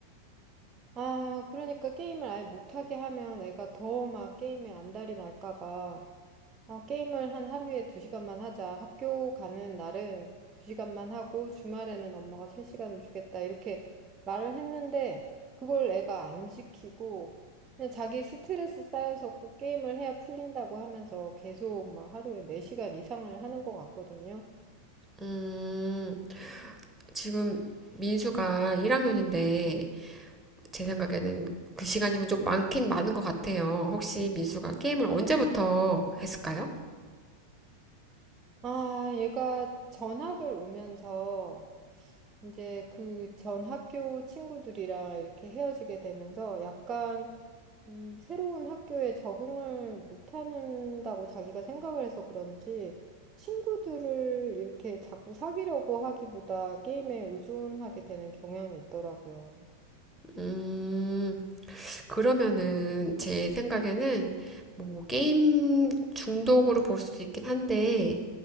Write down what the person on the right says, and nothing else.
아, 그러니까 게임을 아예 못하게 하면 애가 더 막 게임에 안달이 날까 봐 어 게임을 한 하루에 두시간만 하자. 학교 가는 날은 두시간만 하고 주말에는 엄마가 세시간을 주겠다. 이렇게 말을 했는데 그걸 애가 안 지키고 그냥 자기 스트레스 쌓여서 꼭 게임을 해야 풀린다고 하면서 계속 막 하루에 네시간 이상을 하는 것 같거든요.
아, 얘가 전학을 오면서 이제 그 전 학교 친구들이랑 이렇게 헤어지게 되면서 약간 이 새로운 학교에 적응을 못한다고 자기가 생각을 해서 그런지 친구들을 이렇게 자꾸 사귀려고 하기보다 게임에 의존하게 되는 경향이 있더라고요.